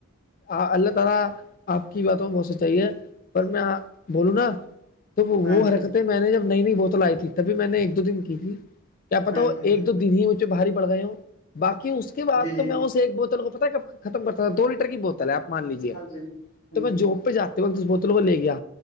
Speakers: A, on the left (about 40°); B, on the left (about 75°).
A: اللہ تعالی اپ کی باتوں بہت سے چاہیے پر میں بولو نا ت وہ
B: ہاں جی
A: حرکت میں نے جب نئی نئی بوتل آئی تھی تبھی میں نے ایک دو دن کی تھی کیا پتا
B: ہاں
A: ہو
B: جی ہاں
A: ایک دو دن ہی مجھے بھاری پڑ گئے ہوں باقی اس کے بع
B: جی جی
A: تو
B: جی
A: میں اس ایک بوتل کو پتا کب ختم کرتا تھا دو لیٹر کی بوتل ہے آپ مان لیجیے
B: ہاں جی ہاں
A: تو میں
B: جی
A: جب پہ جاتا اس بوتلوں کو لے گیا